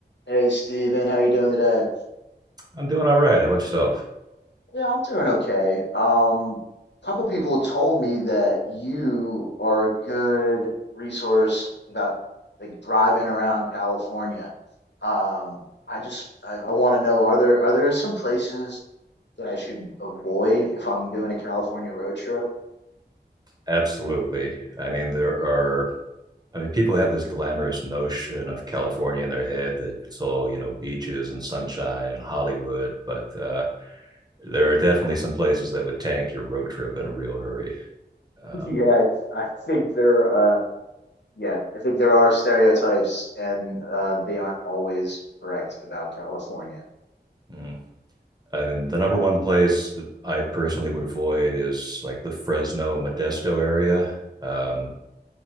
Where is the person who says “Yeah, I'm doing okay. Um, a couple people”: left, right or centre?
Left